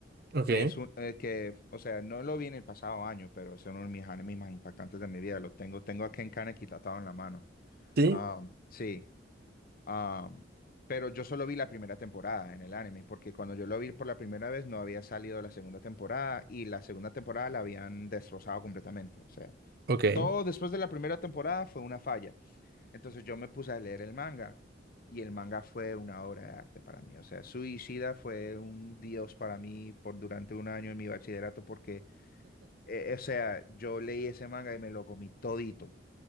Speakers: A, on the right (about 55°); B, on the left (about 50°).
A: Ok,
B: que es un, eh, que, o sea, no lo vi en el pasado año, pero es uno de mis animes más impactantes de mi vida. Lo tengo, tengo a Ken Kaneki tatuado en la mano.
A: sí,
B: Ah, sí, Am, pero yo solo vi la primera temporada en el anime, porque cuando yo lo vi por la primera vez no había salido la segunda temporada y la segunda temporada la habían destrozado completamente. O sea,
A: ok,
B: todo después de la primera temporada fue una falla. Entonces yo me puse a leer el manga y el manga fue una obra de arte para mí. O sea, Suicida fue un dios para mí por durante un año en mi bachillerato porque, eh, o sea, yo leí ese manga y me lo comí todito